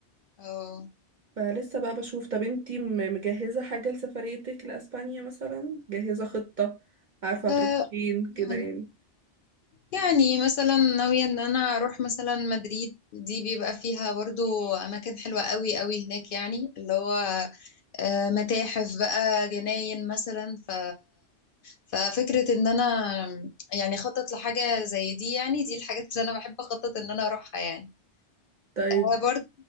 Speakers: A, on the left (about 60°); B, on the right (about 50°).
A: اه
B: فلسه بقى بشوف طب انتي م- مجهزة حاجة لسفريتك لأسبانيا مثلا جاهزة خطة عارفة هتروحي
A: آه،
B: فين
A: يعني
B: كده يعني
A: يعني مثلا ناوية ان انا اروح مثلا مدريد دي بيبقى فيها برضو اماكن حلوة قوي قوي هناك يعني اللي هو آه، متاحف بقى جناين مثلا ف ففكرة ان انا يعني خطط لحاجة زي دي يعني دي الحاجات اللي انا بحب اخطط ان انا اروحها يعني
B: طيب
A: آه، برضو